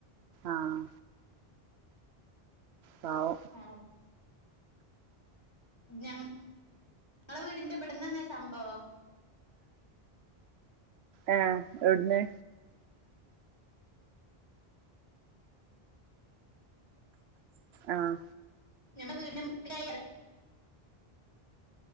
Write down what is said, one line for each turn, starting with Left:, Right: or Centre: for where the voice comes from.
Right: ആഹ് പാവം
Left: ആ ഞങ്ങ് ഞങ്ങളുടെ വീടിന്റെ ഇവിടന്ന് തന്നാ സംഭവം
Right: ആഹ് എവിടുന്ന് ആഹ്
Left: ഞമ്മുടെ വീടിന്റെ മുറ്റത്തായാ